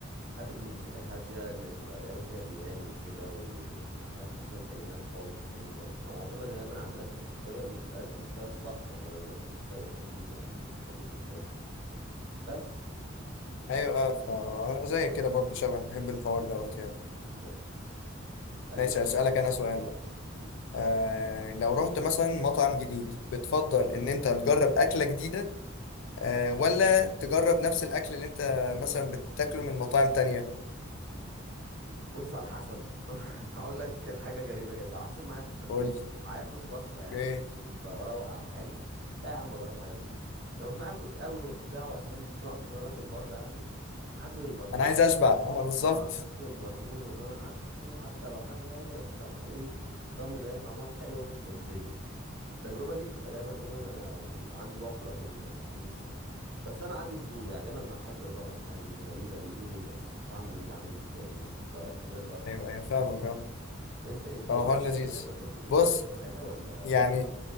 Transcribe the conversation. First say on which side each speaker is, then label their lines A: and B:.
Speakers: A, on the right; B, on the left.
A: حابب الموسيقى الهاديه اللي بتبقى دايما فيها بيانو وكده و- وما فيهاش اصلا كلمات خالص فاهم او بتبقى معتمده دايما على الالات الموسيقيه ومش الالات الموسيقيه الصاخبه كمان الالات الموسيقيه إيه الخفيفه دي اللي بتخليك متمزج يعني بس
B: ايوه اه فانا زي كده برضه شبه بحب الحوار دوت يعني
A: بالظبط اسالني
B: ماشي
A: طيب.
B: اسالك انا سؤال بقى
A: مم.
B: آه لو رحت مثلا مطعم جديد بتفضل ان انت تجرب اكله جديده آه ولا تجرب نفس الاكل اللي انت مثلا بتاكله من مطاعم تانية
A: بص على حسب <laughs> هقول لك حاجه غريبه جدا على حسب معايا فلوس قد
B: قول
A: ايه
B: لي.
A: لو معايا فلوس وفره يعني
B: ايه
A: أنا بروق على حالي لا يا عم اجرب حاجه جديده لو مش معايا فلوس قوي وبتاع واصلا مش ناقص الا انا اكل بره يعني هاكل المضمون
B: انا عايز اشبع اه بالظبط
A: اه هاكل المضمون واللي انا عارفه حتى لو حاجه غاليه بس ابقى ايه ضامن ان هي طعمها حلو وهتمزجني التجربه دي بتبقى دايما ايه وانا وعندي وفره في ال- في الفلوس يعني بس انا عندي فضول يعني دايما انا حابب اجرب الحاجه جديده ايه ده بيقول ايه ده طعمه ايه ده عامل ازاي فاهم جا- خلينا اجرب
B: ايوه ايوه فاهمك اه
A: انت ايه الدنيا
B: هو حوار
A: بتحب
B: لذيذ
A: دايما تطلب لنفسك
B: بص
A: حاجه ولا
B: يعني